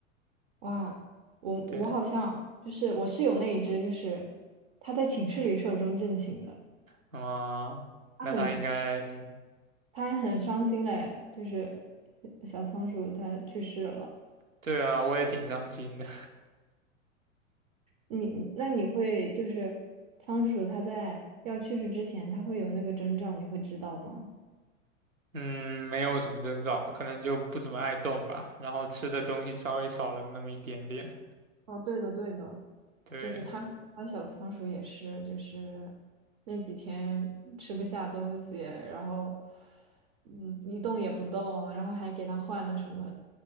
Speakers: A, on the right; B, on the right.
A: 哇，我我好像就是我室友那一只，
B: 对，
A: 就是他在寝室里寿终正寝的，
B: 啊，
A: 他很
B: 那它应该，嗯，
A: 他还很伤心嘞，就是小仓鼠它去世了。
B: 对啊，我也挺伤心的。
A: 你那你会就是仓鼠它在要去世之前，它会有那个征兆，你会知道吗？
B: 嗯，没有什么征兆，可能就不怎么爱动吧，然后吃的东西稍微少了那么一点点。
A: 哦，对的，对的，
B: 对，
A: 就是他说他小仓鼠也是，就是那几天吃不下东西，然后嗯一动也不动，然后还给他换了什么